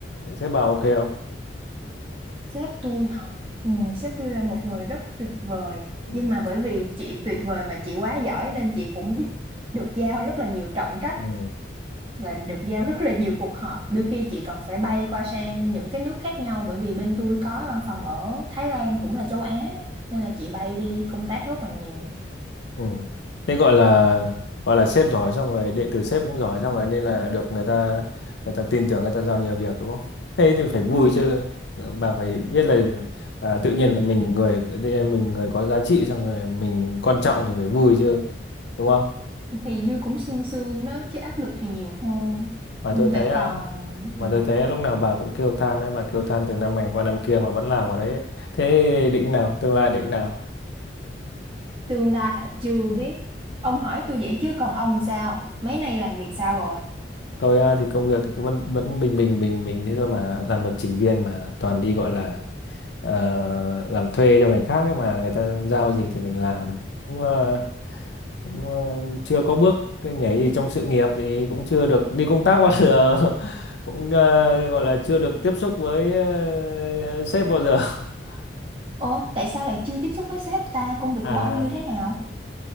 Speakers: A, on the left; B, on the right.
A: sếp bà ok không?
B: Sếp tôi hả? Ừ, sếp tôi là một người rất tuyệt vời.
A: Ừ.
B: Nhưng mà bởi vì chị tuyệt vời và chị quá giỏi nên chị cũng được giao rất là nhiều trọng trách
A: Ừ.
B: và được giao rất là nhiều cuộc họp. Đôi khi chị còn phải bay qua sang những cái nước khác nhau bởi vì bên tôi có văn phòng ở Thái Lan cũng là châu Á nên là chị bay đi công tác rất là nhiều.
A: Ừ. Thế gọi là gọi là sếp giỏi xong rồi đệ tử sếp cũng giỏi xong rồi nên là được người ta người ta tin tưởng người ta giao nhiều việc đúng không? Thế thì phải vui
B: <laughs>
A: chứ. Bà phải biết là, là tự nhiên là mình người tự nhiên mình người có giá trị xong rồi mình quan trọng thì phải vui chứ. Đúng không?
B: Thì vui cũng sương sương đó chứ áp lực thì nhiều hơn.
A: mà
B: Ừ,
A: tôi thấy
B: vậy
A: à,
B: còn
A: mà
B: ừ.
A: tôi thấy lúc nào bà cũng kêu than đấy bà kêu than từ năm này qua năm kia mà vẫn làm ở đấy ấy. thế định nào tương lai định nào
B: Tương lai hả? Chưa biết. Ông hỏi tôi vậy chứ còn ông sao? Mấy nay làm việc sao rồi?
A: tôi à, thì công việc thì cứ vẫn vẫn bình bình bình bình thế thôi mà làm lập trình viên mà toàn đi gọi là ờ, làm thuê cho người khác ấy mà người ta giao gì thì mình làm cũng, ờ, cũng ờ, chưa có bước cái nhảy gì trong sự nghiệp thì cũng chưa được đi công tác bao giờ <laughs> cũng ờ, gọi là chưa được tiếp xúc với ờ, sếp bao giờ <laughs>
B: Ồ, tại sao lại chưa tiếp xúc với sếp ta? Công việc
A: à
B: của ông như thế nào?